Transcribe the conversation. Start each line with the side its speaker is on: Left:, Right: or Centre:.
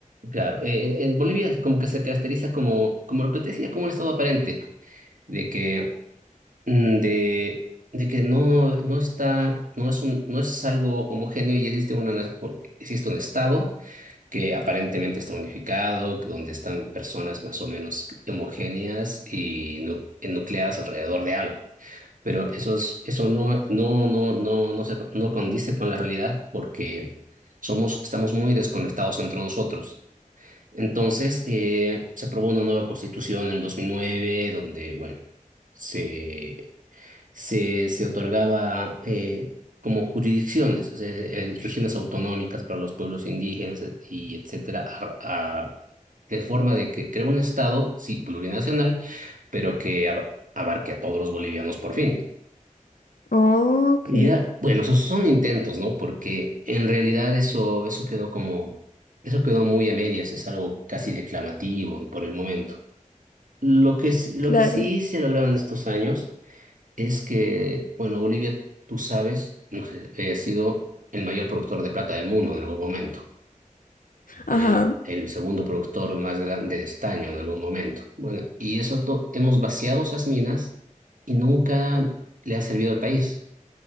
Right: Claro, eh, en Bolivia como que se caracteriza como, como lo que te decía, como un estado aparente, de que, mm, de, de que no, no está, no es un, no es algo homogéneo y existe una, na- o- existe un estado que aparentemente está unificado, donde están personas más o menos homogéneas y nu- enucleadas alrededor de algo. Pero eso es, eso no, no, no, no, no se, no condice con la realidad porque somos, estamos muy desconectados entre nosotros. Entonces, eh, se aprobó una nueva constitución en 2009, donde, bueno, se, se, se otorgaba eh, como jurisdicciones, o sea, eh, regiones autonómicas para los pueblos indígenas eh, y etcétera, a- a- de forma de que crear un Estado, sí, plurinacional, pero que ab- abarque a todos los bolivianos por fin.
Left: Oh, Ok,
Right: Y ya, bueno, esos son intentos, ¿no? Porque en realidad eso, eso quedó como, eso quedó muy a medias, es algo casi declamativo por el momento. Lo que, s- lo
Left: claro.
Right: que sí se lograron estos años es que, bueno, Bolivia, tú sabes, no sé, eh, ha sido el mayor productor de plata del mundo en algún momento, el,
Left: Ajá.
Right: el segundo productor más grande de estaño en algún momento. Bueno, y eso to- hemos vaciado esas minas y nunca le ha servido al país.